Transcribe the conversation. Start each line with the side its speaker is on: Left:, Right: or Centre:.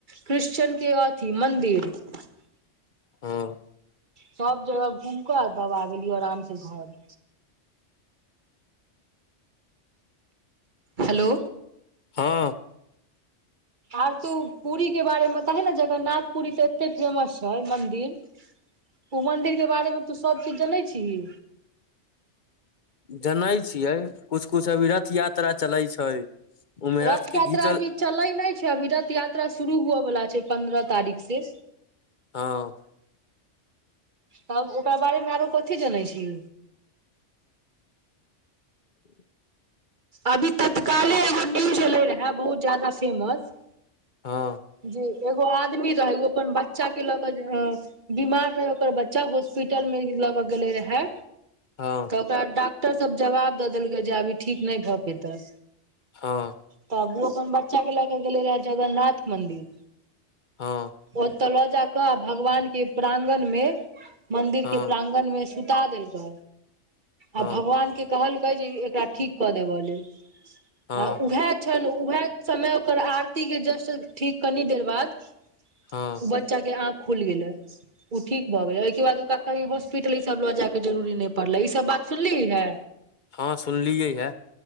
Right: क्रिश्चन के अथी मन्दिर <unintelligible>
Left: हूँ
Right: सब जगह घूम क तब आ गेलीयो आराम से घर हेलो
Left: हँ
Right: आर तू पुरी के बारेमें ते ने जगन्नाथ पुरी त एते फेमस छै मन्दिर ऊ मंन्दिर के बारे मे तू सब चीज जनै छीही
Left: जनै छियै कुछ कुछ अभी रथ यात्रा चलै छै ओमे
Right: रथ
Left: के
Right: यात्रा
Left: घीचल
Right: अभी चलै नहि छै अभी रथ यात्रा शुरू हुअवला छै पन्द्रह तारीख से
Left: हँ
Right: तब ओकरा बारे मे आरो कथी जनै छी
Left: <inaudible>
Right: अभी तत्काले एगो न्यूज एले रहै बहुत ज्यादा फेमस
Left: हँ
Right: जी एगो आदमी रहे ओ अपन बच्चा के ल क ज बीमार रहै ओकर बच्चा हॉस्पिटल मे लऽ के गेले रहै
Left: हँ
Right: ओकरा डॉक्टर सब जवाब दऽदेलकै जे अभी ठीक नै भ पतै
Left: हँ
Right: तब ओ अपन बच्चा के लएके गेले रहे जगन्नाथ मंदिर
Left: हँ
Right: ओतऽ लऽ जाकऽ आ भगवान के प्रांगण मे मंदिर
Left: हँ
Right: के प्रांगन मे सुता देलकै
Left: हँ
Right: आ भगवान के कहलकै जे एकरा ठीक कदेब लेल
Left: हँ
Right: आ उहे छन उएह समय ओकर आरती के जस्ट ठीक कनि देर बाद
Left: हँ
Right: ओ बच्चा के आँख खुल गेलै ओ ठीक भ गेलै ओहिके बाद ओकरा कही हॉस्पिटल ई सब ल जाय के जरुरी न पड़ले ई सब बात सुनली है
Left: हँ सुनलियै य